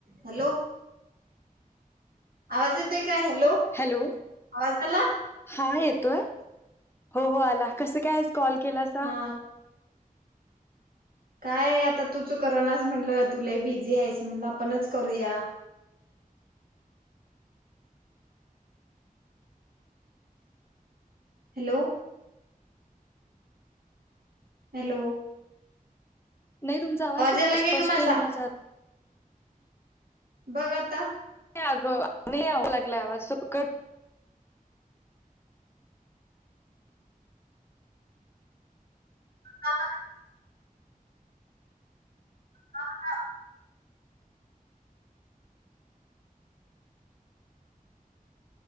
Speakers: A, on the right; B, on the left.
A: Hello आवाज येतोय काय हॅलो
B: हॅलो
A: आवाज आला
B: हा येत तोय हो हो आला कसं काय कॉल केलासा
A: हा काय आता तूच कर नास म्हटलं तु लई बिझी आहेस म्हटलं आपणच करूया हॅलो हॅलो
B: नाही तुमचा आवाज
A: यायला
B: स्पष्ट
A: काय ग माझा
B: येनच
A: बघ आता
B: अग आ लागला आवाजट
A: का हा हा